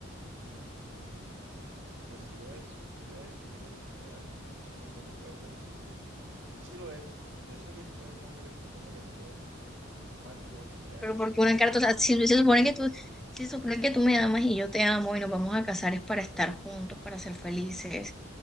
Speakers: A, on the right (about 65°); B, in the centre.
A: mm, pues sí lo es, sí lo es. Sé que suena triste y suena un poco fuerte, pero sí lo es. Yo sé que tú en el fondo eres consciente que así lo es. Un matrimonio crea
B: Pero
A: muchas
B: porque una
A: responsabilidades.
B: carta, o sea, si si se supone que tú, si se supone que tú me amas y yo te amo y nos vamos a casar es para estar juntos, para ser felices,